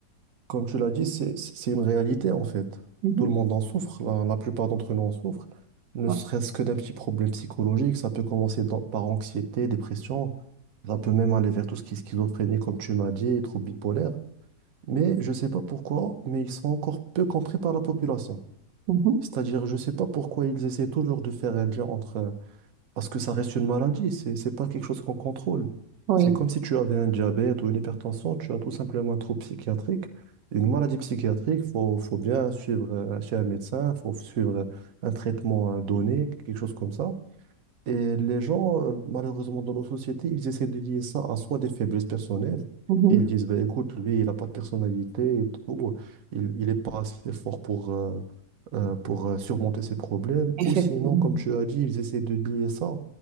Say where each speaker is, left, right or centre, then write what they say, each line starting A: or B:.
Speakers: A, on the right; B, on the right.
A: comme tu l'as dit, c'est, c'est c'est une réalité en fait.
B: mhm,
A: Tout le monde en souffre, la, la plupart d'entre nous en souffrent, ne
B: ouais,
A: serait-ce que d'un petit problème psychologique. Ça peut commencer dans- par anxiété, dépression, ça peut même aller vers tout ce qui est schizophrénie, comme tu m'as dit, et troubles bipolaires. Mais je ne sais pas pourquoi, mais ils sont encore peu compris par la population.
B: mhm,
A: C'est-à-dire, je ne sais pas pourquoi ils essaient toujours de faire un lien entre... euh, Parce que ça reste une maladie, c'est, c'est pas quelque chose qu'on contrôle.
B: Oui.
A: C'est comme si tu avais un diabète ou une hypertension, tu as tout simplement un trouble psychiatrique. Une maladie psychiatrique, il faut, faut bien suivre euh, chez un médecin, il faut suivre euh, un traitement euh, donné, quelque chose comme ça. Et les gens, euh, malheureusement, dans nos sociétés, ils essaient de lier ça à soit des faiblesses personnelles.
B: mhm,
A: Ils disent, bah, écoute, lui, il n'a pas de personnalité et tout. Il, il est pas assez fort pour, euh, euh, pour euh, surmonter ses problèmes.
B: Effectivement.
A: Ou sinon, comme tu as dit, ils essaient de lier ça